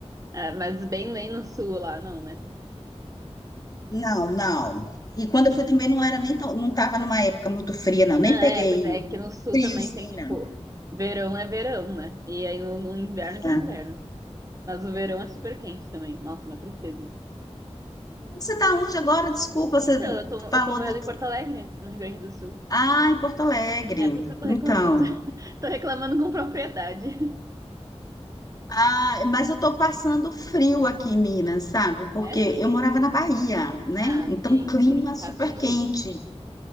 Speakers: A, on the right; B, on the left.
A: Ah, mas bem nem no sul lá, não, né?
B: Não, não. E quando eu fui também não era nem tão, não estava numa época muito fria, não.
A: Não,
B: Nem
A: é,
B: peguei
A: pois é, que no sul
B: friozinho,
A: também tem, tipo,
B: não.
A: verão é verão, né? E aí no, no inverno que
B: É.
A: é inverno. Mas o verão é super quente também. Nossa, uma tristeza.
B: Você está onde agora? Desculpa, você
A: Então, eu tô,
B: falou
A: eu tô morando
B: da...
A: em Porto Alegre, no Rio Grande do Sul.
B: Ah, em Porto Alegre.
A: É por isso que eu tô
B: Então.
A: reclamando. <laughs> Tô reclamando com propriedade.
B: Ah, mas eu estou passando frio aqui em Minas, sabe? Porque
A: <laughs> Sério?
B: eu morava na Bahia, né?
A: Ah,
B: Então,
A: sim,
B: clima
A: sim.
B: super
A: Faz sentido.
B: quente.